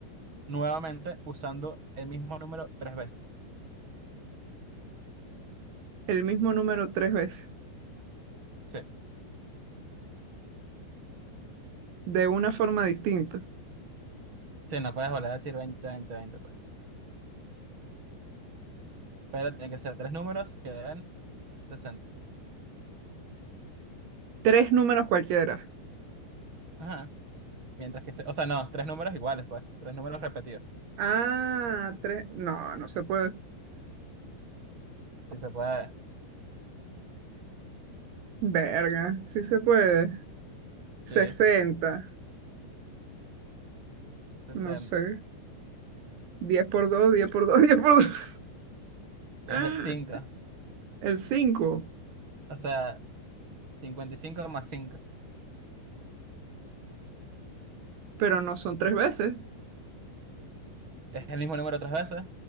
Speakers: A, on the right (about 25°); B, on the right (about 80°).
A: nuevamente usando el mismo número tres veces?
B: El mismo número tres veces,
A: Sí,
B: de una forma distinta.
A: sí, no puedes volver a decir 20 20 20, Pero tienen que ser tres números que den sesenta,
B: Tres números cualquiera.
A: Ajá. Mientras que se... O sea, no, tres números iguales, pues. Tres números repetidos.
B: Ah, tres. No, no se puede.
A: Si se puede.
B: Verga, sí se puede. sesenta,
A: Sí, sesenta,
B: no sé. diez por 2, 10 por 2, <laughs> 10 por dos
A: Es
B: <laughs>
A: el cinco,
B: El cinco
A: O sea, 55 más cinco,
B: pero no son tres veces.
A: Es el mismo número tres veces.